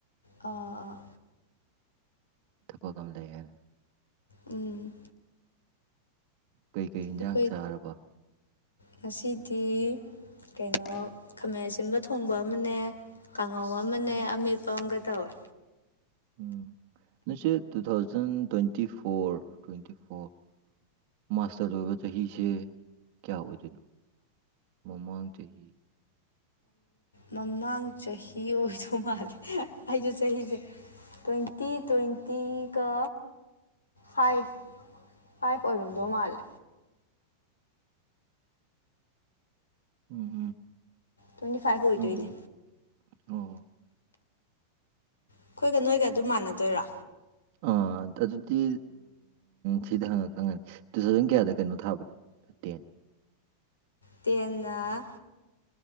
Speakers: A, on the left; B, on the right.
A: ꯑꯥ ꯑꯥ
B: ꯊꯕꯄ ꯉꯝ ꯂꯩꯦꯅ
A: ꯎꯝ
B: ꯀꯩꯀꯩ ꯏꯟꯖꯥꯡ
A: ꯑꯩꯈꯣꯏ
B: ꯆꯥꯔꯕ
A: ꯉꯁꯤꯗꯤ ꯀꯩꯅꯣ ꯈꯥꯃꯦꯟ ꯑꯁꯤꯟꯕ ꯊꯣꯡꯕ ꯑꯃꯅꯦ ꯀꯥꯡꯉꯧ ꯑꯃꯅꯦ
B: ꯎꯝ
A: ꯑꯃꯦꯠꯄ ꯑꯃꯒ ꯇꯧꯋꯦ
B: ꯎꯝ ꯅꯁꯤ two thousand twenty four twenty four master ꯑꯣꯏꯕ ꯆꯍꯤꯁꯦ ꯀꯌꯥ ꯑꯣꯏꯗꯣꯏꯅꯣ ꯃꯃꯥꯡ ꯆꯍꯤ
A: ꯃꯃꯥꯡ ꯆꯍꯤ ꯑꯣꯏꯗꯧ ꯃꯥꯜꯂꯦ ꯑꯩꯁꯦ ꯆꯍꯤꯁꯦ ꯇ꯭ꯋꯦꯟꯇꯤ ꯇ꯭ꯋꯦꯟꯇꯤ ꯀ ꯐꯥꯏꯚ ꯐꯥꯏꯚ ꯑꯣꯏꯔꯝꯗꯧ ꯃꯥꯜꯂꯦ
B: ꯎꯝ ꯎꯝ
A: ꯇ꯭ꯋꯦꯟꯇꯤ ꯐꯥꯏꯚ ꯑꯣꯏꯗꯣꯏꯅꯦ
B: ꯑꯣ ꯑꯣ
A: ꯑꯩꯈꯣꯏꯒ ꯅꯣꯏꯒ ꯑꯗꯨꯝ ꯃꯥꯟꯅꯗꯣꯏꯔꯥ
B: ꯑ ꯑꯗꯨꯗꯤ ꯁꯤꯗ ꯍꯪꯉ ꯈꯪꯉꯅꯤ ꯇꯨ ꯊꯥꯎꯖꯟ ꯀꯌꯥꯗ ꯀꯩꯅꯣ ꯊꯥꯕꯅꯣ ꯇꯦꯟ
A: ꯇꯦꯟꯅ